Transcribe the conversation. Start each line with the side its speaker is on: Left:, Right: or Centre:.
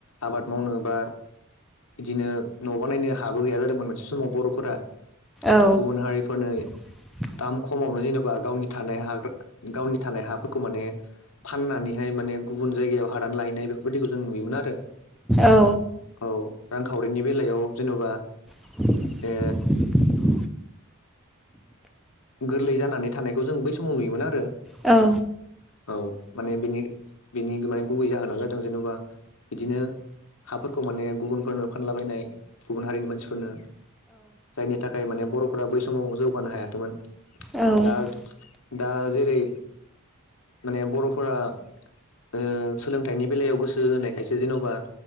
Left: आबाद मावनो बा बिदिनो न' ब नायनो हाबो गैया जादों जोंमोन मोनसे समाव बरफोरा
Centre: औ
Left: गुबुन हारिफोरनि
Centre: <inaudible>
Left: दाम खमावनो जेनेबा गावनि थानाय हा गावनि थानाय हाफोरखौ माने फाननानैहाय माने गुबुन जायगायाव हादान लाहैनाय बेफोरबायदिखौ जों नुयोमोन आरो
Centre: औ
Left: औ रांखावरिनि बेलायाव जेनबा
Centre: <inaudible>
Left: ओ गोरलै जानानै थानायखौ जों बै समाव नुयोमोन आरो
Centre: औ
Left: औ माने बेनि बेनि माने गुबै जाहोनानो जादों जेनेबा बिदिनो हाफोरखौ माने गुबुनफोरनो फानलाबायनाय गुबुन हारिनि मानसिफोरनो जायनि थाखाय माने बरफोरा बै समाव जौगानो हायाखैमोन
Centre: औ
Left: दा दा जेरै माने बरफोरा ओ सोलोंथाइनि बेलायाव गोसो होनायखायसो जेनबा